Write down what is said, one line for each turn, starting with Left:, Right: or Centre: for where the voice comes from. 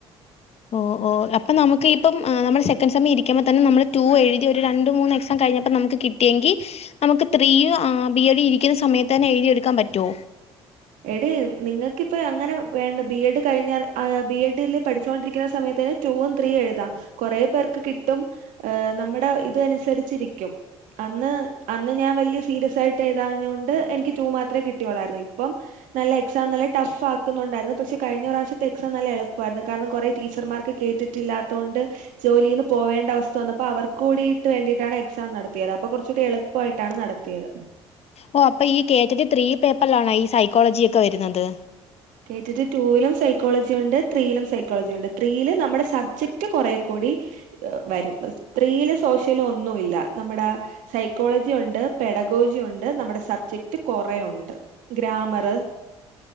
Left: ഓ ഓ അപ്പൊ നമുക്ക് ഇപ്പം നമ്മ സെക്കൻ് സമ്മ് ഇരിക്കുമ്പോ തന്നെ നമ്മള് ടു എഴുതി ഒരു രണ്ട് മൂന്ന് എക്സാം കഴിഞ്ഞപ്പോ നമുക്ക് കിട്ടിയെങ്കിൽ നമുക്ക് ത്രീ ബിഎ ഡ് ഇരിക്കുന്ന സമയത്ത് തന്നെ എഴുതി എടുക്കാൻ പറ്റൊ
Right: എടി നിങ്ങൾക്കിപ്പൊ അങ്ങനെ വേണ്ട ബി എഡ് കഴിഞ്ഞാൽ ബി എഡില് പഠിച്ചൊണ്ടിരിക്കുന്ന സമയത്ത് ടൂവും ത്രീയും എഴുതാം കൊറെേ പേർക്ക് കിട്ടും നമ്മുടെ ഇത് അനുസരിച്ചിരിക്കും. അന്ന് അന്ന് ഞാൻ വലിയ സീരിയസ് ആയിട്ട് എഴുതാഞ്ഞോണ്ട് എനിക്ക് ടു മാത്രമേ കിട്ടിയോളായിരുന്നു അപ്പം നല്ല എക്‌സാം നല്ല ടഫ് ആക്കുന്നുണ്ടായിരുന്നു പക്ഷെ കഴിഞ്ഞ പ്രാവശ്യത്തെ എക്സാം നല്ല എളുപ്പമായിരുന്നു കാരണം കുറെ ടീച്ച <unintelligible> ർമാർക്ക് കേട്ടിട്ടില്ലാത്തതോണ്ട് ജോലിയിൽ നിന്ന് പോവേണ്ട അവസ്ഥ വന്നപ്പോ അവർക്ക് കൂടിയിട്ട് വേണ്ടിയിട്ടാണ് എക്സാം നടത്തിയത് അപ്പൊ കുറച്ചൊക്കെ എളുപ്പമായിട്ടാണ് നടത്തിയത്
Left: ഓ അപ്പൊ ഈ കെറ്റ ടി ത്രീ പേപ്പറിലാണോ ഈ സൈക്കോളജി ഒക്കെ വരുന്നത്
Right: കേട്ടിട്ട് ടുവിലും സൈക്കോളജിയുണ്ട് ത്രീയിലും സൈക്കോളജി ഉണ്ട് ത്രീയില് നമ്മുടെ സബ്ജക്ട് കുറെ <unintelligible> <unintelligible> കൂടി വരും ത്രീയില് സോശ്യല് ഒന്നുമി ല്ല നമ്മുടെ സൈക്കോളജി ഉണ്ട് പെടകോജി ഉണ്ട് നമ്മുടെ സബ്ജക്റ്റ് കുറെ ഉണ്ട് ഗ്രാമർ